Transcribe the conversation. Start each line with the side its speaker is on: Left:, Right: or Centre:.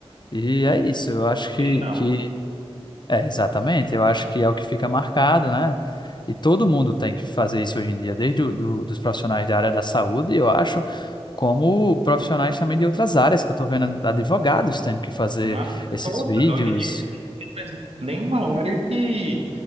Left: e
Right: é,
Left: é
Right: é
Left: isso. Eu acho
Right: o
Left: que,
Right: que chama.
Left: que é exatamente, eu acho que é o que fica marcado, né? E todo mundo tem que fazer isso hoje em dia, desde o, do, dos profissionais da área da saúde, eu acho, como profissionais também de outras áreas, que eu estou vendo advogados tendo que fazer
Right: Mas
Left: esses
Right: todas,
Left: vídeos,
Right: hoje em dia, não tem mais nenhuma área que